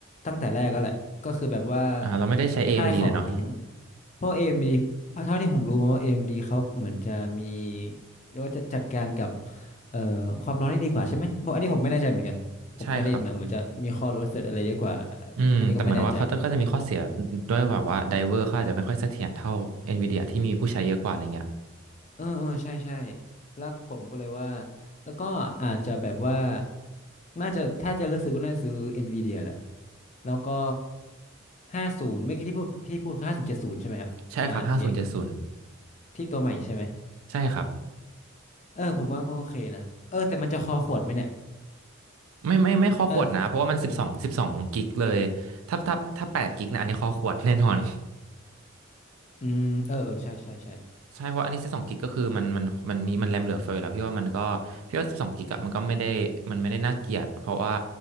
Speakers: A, on the left (about 35°); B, on the right (about 80°).
A: ตั้งแต่แรกก็แหละก็คือแบบว่า
B: อ่าเราไม่ได้ใช้ AMD
A: ค่ายของ
B: เอ็มดีเลยเนาะ
A: พวก AMD เอ็มดีเพราะเท่าที่ผมรู้มาว่า AMD เอ็มดีเขาเหมือนจะมีเรียกว่าจะจัดการกับเอ่อความร้อนได้ดีกว่าใช่ไหมบอกอันนี้ผมไม่แน่ใจเหมือนกันผมเคยได้ยินมาเหมือนจะมีข้อรู้สึกอะไรเยอะกว่าอมอันนี้ก็ไม่แน่ใจ
B: ใช่ครับอืมแต่เหมือนว่าเขาก็จะมีข้อเสียด้วยแบบว่าไดเวอร์เขาอาจจะไม่ค่อยเสถียรเท่า NVIDIA ที่มีผู้ใช้เยอะกว่าอะไรเงี้ย
A: เออเออใช่ใช่แล้วผมก็เลยว่าแล้วก็อาจจะแบบว่าน่าจะถ้าจะเลือกซื้อก็น่าจะซื้อ Nvidia แหละแล้วก็ห้าศูนย์ไม่อกี้ที่พูดพี่พูดคือห้าศูนย์เจ็ดศูนย์ใช่ไหมครับอ่า
B: ใช่ครับห้าศูนย์เจ็ดศูนย์
A: RTX ทีเอ็กซ์ที่ตัวใหม่ใช่ไหม
B: ใช่ครับ
A: เออผมว่าก็โอเคนะเออแต่มันจะคอขวดไหมเนี่ย
B: ไม่ไม่ไม่ข้อขวดนะเพราะว่ามันสิบสองสิบสองกิกเลย
A: ถ้าเออ
B: ถ้าถ้าถ้าแปดกิกนะอันนี้ข้อขวด <laughs> แน่นอน
A: อืมเออเออใช่ใช่ใช่
B: ใช่เพราะอันนี้สิบสองกิกก็คือมันมันมันมีมันแรมเหลือเฟือแล้วพี่ว่ามันก็พี่ว่าสิบสองกิกอะมันก็ไม่ได้มันไม่ได้น่าเกลียดเพราะว่า